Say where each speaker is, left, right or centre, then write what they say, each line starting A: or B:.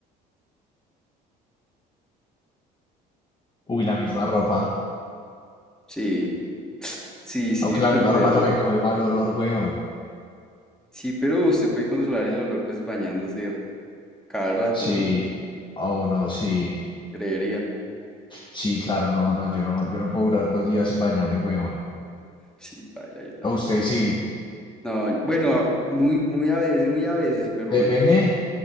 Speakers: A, on the left (about 20°); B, in the centre.
A: Uy, la misma ropa.
B: Sí, sí, sí,
A: Aunque
B: <laughs> es
A: la misma
B: verdad.
A: ropa también coge mal olor, weón.
B: Sí, pero usted puede controlar el olor pues bañándose cada rato,
A: Sí.
B: ¿no?
A: Oh, no, sí.
B: Creería.
A: Sí, claro, no, no, yo no, yo no puedo durar dos días sin bañarme, weón.
B: Sí, paila, yo tampoco.
A: A usted sí.
B: No, bueno, muy, muy a veces, muy a veces, pero
A: Depende.
B: a veces,